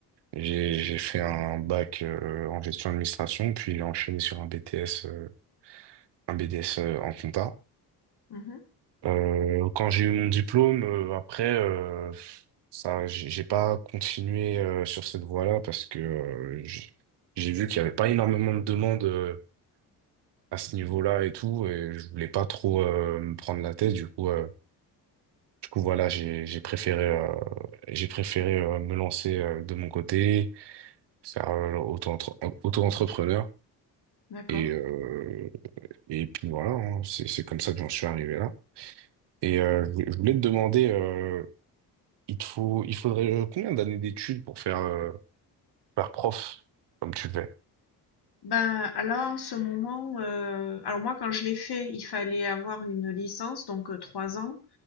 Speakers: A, on the right; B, on the left.
A: j'ai j'ai fait un bac euh, en gestion d'administration, puis j'ai enchaîné sur un BTS, euh, un BDS euh, en compta.
B: Mhm,
A: Euh, quand j'ai eu mon diplôme, euh, après, euh, ça, j'ai j'ai pas continué euh, sur cette voie-là parce que euh, j- j'ai vu qu'il y avait pas énormément de demandes euh, à ce niveau-là et tout, et je voulais pas trop euh, me prendre la tête. Du coup, euh, du coup, voilà, j'ai j'ai préféré, euh, j'ai préféré euh, me lancer euh, de mon côté, faire euh, auto-entre- auto-entrepreneur,
B: d'accord.
A: et euh, et puis voilà, hein, c'est c'est comme ça que j'en suis arrivé là. Et euh, je voulais je voulais te demander. euh, Il te faut, il faudrait euh, combien d'années d'études pour faire, euh, faire prof comme tu le fais?
B: Ben là, en ce moment, euh, alors moi quand je l'ai fait, il fallait avoir une licence, donc euh, trois ans,